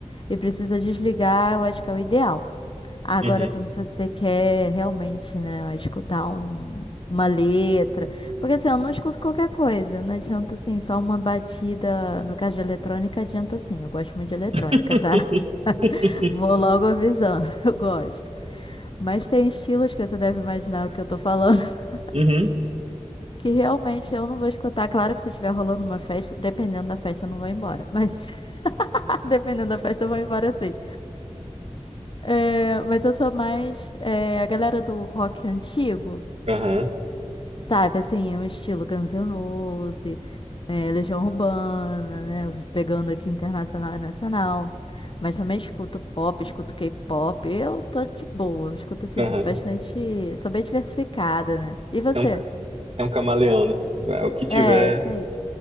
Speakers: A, on the left (about 45°); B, on the right (about 55°).
A: e precisa desligar, eu acho que é o ideal. Agora,
B: Uhum,
A: quando você quer realmente, né, escutar um- uma letra. Porque assim, eu não escuto qualquer coisa. Não adianta assim, só uma batida. No caso de eletrônica, adianta sim. Eu gosto muito de eletrônica,
B: <laughs>
A: tá? <laughs> Vou logo avisando, <laughs> eu gosto. Mas tem estilos que você deve imaginar o que eu tô falando, <laughs>
B: uhum,
A: que realmente eu não vou escutar. Claro que se estiver rolando uma festa, dependendo da festa, eu não vou embora. Mas <laughs> dependendo da festa, eu vou embora sim. É, mas eu sou mais é, a galera do rock antigo.
B: aham,
A: Sabe, assim, é um estilo Guns N' Roses, é, Legião Urbana, né? Pegando aqui internacional e nacional. Mas também escuto pop, escuto K-pop. Eu tô de boa, eu escuto assim
B: aham.
A: bastante. Sou bem diversificada, né? E você?
B: É um, é um camaleão, né? É o que tiver.
A: É, é isso aí.